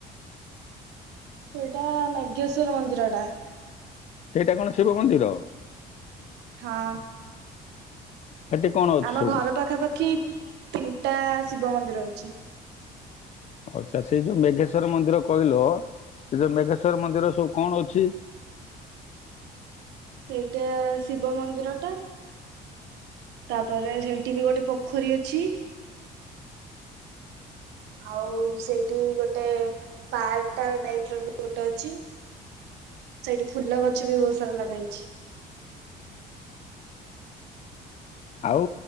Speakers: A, on the right (about 85°); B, on the left (about 40°).
A: ସେଇଟା ମେଘେଶ୍ଵର ମନ୍ଦିର ଟା।
B: ସେଇଟା କଣ ଶିବ ମନ୍ଦିର?
A: ହଁ।
B: ସେଠି କଣ ଅଛି
A: ଆମ
B: ସବୁ?
A: ଘର ପାଖାପାଖି ତିନିଟା ଶିବ ମନ୍ଦିର ଅଛି।
B: ଅଛା ସେଇ ଯୋଉ ମେଘେଶ୍ଵର ମନ୍ଦିର କହିଲ ସେ ଯୋଉ ମେଘେଶ୍ଵର ମନ୍ଦିର ସବୁ କଣ ଅଛି।
A: ସେଇଟା ଶିବ ମନ୍ଦିରଟା, ତାପରେ ସେଇଠି ବି ଗୋଟେ ପୋଖରୀ ଅଛି। ଆଉ ସେଇଠି ଗୋଟେ ପାର୍କ ଟାଇପର ବି ଗୋଟେ ଅଛି, ସେଇଠି ଫୁଲ ଗଛ ବି ବହୁତ ସାରା ଲଗା ହେଇଛି।
B: ଆଉ